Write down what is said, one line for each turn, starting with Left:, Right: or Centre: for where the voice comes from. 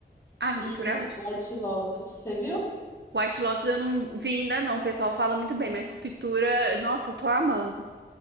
Right: Ai, Ruptura
Left: e
Right: é ótimo.
Left: White Lotus. Você viu?
Right: White Lotus eu não vi ainda não, o pessoal fala muito bem, mas Ruptura, nossa, eu tô amando.